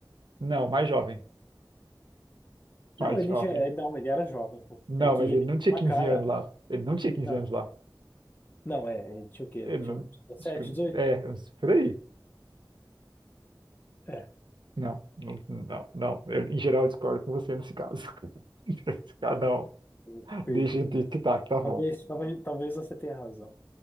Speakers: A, on the right; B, on the left.
A: Não, mais jovem.
B: Não,
A: Mais
B: ele
A: jovem.
B: já, é- não, ele era jovem, pô.
A: Não,
B: É que
A: mas
B: ele
A: ele
B: tinha
A: não tinha
B: uma
A: 15
B: cara.
A: anos lá. Ele não tinha 15
B: Não,
A: anos lá.
B: não, é, é, tinha o quê?
A: Ele
B: Tinha
A: não.
B: uns 17,
A: Acho que,
B: 18?
A: é, por aí.
B: É,
A: Não, não, não, não. Eu, em geral, eu discordo com você nesse caso. <laughs> Nesse caso, não.
B: eu perdi.
A: Deixa do que tá, que tá bom.
B: Talvez, talvez, talvez você tenha razão.